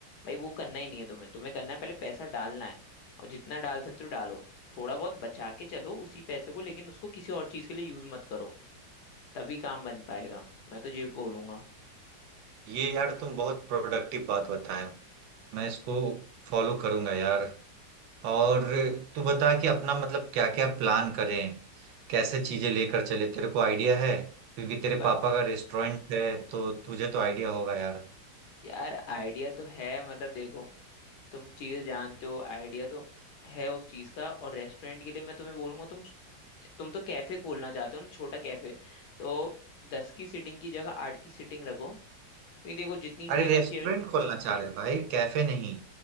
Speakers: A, on the left; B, on the right.
A: भाई वो करना ही नहीं है तुम्हें तुम्हें करना है पहले पैसा डालना है और जितना डाल सकते हो डालो थोड़ा बहुत बचा के चलो उसी पैसे को लेकिन उसको किसी और चीज के लिए यूज मत करो तभी काम बन पाएगा मैं तो ये बोलूंगा
B: ये यार तुम बहुत प्रोडक्टिव बात बताए हो मैं इसको फॉलो करूंगा यार और तू बता कि अपना मतलब क्या क्या प्लान करें कैसे चीजें लेकर चले तेरे को आइडिया है क्योंकि तेरे
A: ब-
B: पापा का रेस्टोरेंट है तो तुझे तो आइडिया होगा यार
A: यार आइडिया तो है मतलब देखो तुम चीज जानते हो आइडिया तो है उस चीज का और रेस्टोरेंट के लिए मैं तुम्हें बोलूंगा तुम तुम तो कैफे खोलना चाहते हो ना छोटा कैफे तो दस की सीटिंग की जगह आठ की सीटिंग रखो क्योंकि देखो जितनी
B: अरे
A: टेबल
B: रेस्टोरेंट
A: चेयर
B: खोलना चाह रहे हैं भाई कैफे नहीं